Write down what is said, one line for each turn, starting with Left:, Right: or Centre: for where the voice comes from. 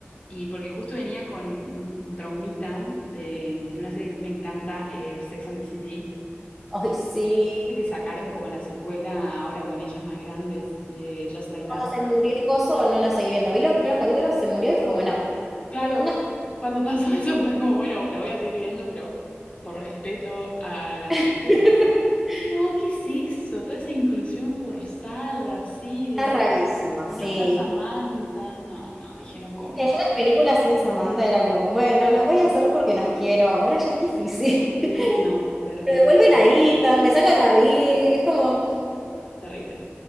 Left: Y porque justo venía con un, un traumita de, de una serie que a mí me encanta, eh, Sex and the City,
Centre: Ay, sí.
Left: que sacaron como la secuela ahora con ellas más grandes, que Just Like That.
Centre: Cuando se murió el coso, no la seguí viendo. Vi los primeros capítulos, se murió y fue como, no.
Left: Claro,
Centre: No.
Left: cuando pasó <laughs> eso fue como, bueno, la voy a seguir viendo, pero por respeto a la
Centre: <laughs>
Left: serie, pero no, ¿qué es eso? Toda esa inclusión forzada, así,
Centre: Está
Left: de
Centre: rarísima,
Left: no- y
Centre: sí.
Left: no está Samantha, no, no, dije no compro.
Centre: Que Yo las películas sin Samantha era como, bueno, lo voy a hacer porque las quiero, ahora ya es difícil. <laughs>
Left: Sí, no, terrible,
Centre: Me devuelven a Ethan, me sacan a Big, es como,
Left: terrible.